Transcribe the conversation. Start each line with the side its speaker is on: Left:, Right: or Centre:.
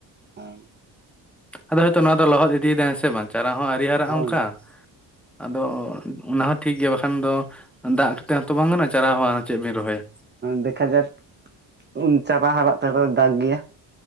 Right: <inaudible>
Centre: ᱟᱫᱚ ᱦᱚᱭᱛᱚ ᱱᱚᱣᱟ ᱫᱚ ᱞᱚᱦᱚᱫ ᱤᱫᱤᱭ ᱮᱫᱟᱭ ᱦᱮᱸ ᱥᱮ ᱵᱟᱝ ᱪᱟᱨᱟ ᱦᱚᱸ ᱟᱹᱣᱨᱤ ᱦᱟᱨᱟᱜᱼᱟ
Right: ᱦᱳᱭ
Centre: ᱚᱱᱠᱟᱼᱼ ᱟᱫᱚ ᱚᱱᱟ ᱦᱚᱸ ᱴᱷᱤᱠ ᱜᱮᱭᱟ ᱵᱟᱠᱷᱟᱱ ᱫᱚᱼᱼ ᱫᱟᱜ ᱠᱟᱛᱮᱫ ᱦᱚᱸ ᱛᱚ ᱵᱟᱝ ᱜᱟᱱᱚᱜᱼᱟ ᱪᱟᱨᱟ ᱦᱚᱸ ᱪᱮᱫ ᱵᱤᱱ ᱨᱚᱦᱚᱭᱟ?
Right: ᱫᱮᱠᱷᱟ ᱡᱟᱠ ᱩᱱ ᱪᱟᱨᱟ ᱦᱟᱨᱟᱜ ᱛᱮ ᱫᱚᱭ ᱫᱟᱜ ᱜᱮᱭᱟ᱾